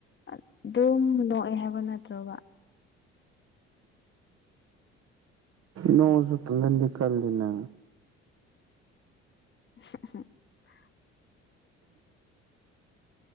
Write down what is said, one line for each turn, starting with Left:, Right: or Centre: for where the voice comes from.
Left: ꯑꯗꯨꯝ ꯅꯣꯛꯑꯦ ꯍꯥꯏꯕ ꯅꯠꯇ꯭ꯔꯕ
Right: ꯅꯣꯡꯁꯨ ꯄꯂꯟꯗꯤ ꯀꯗꯅ
Left: <inaudible>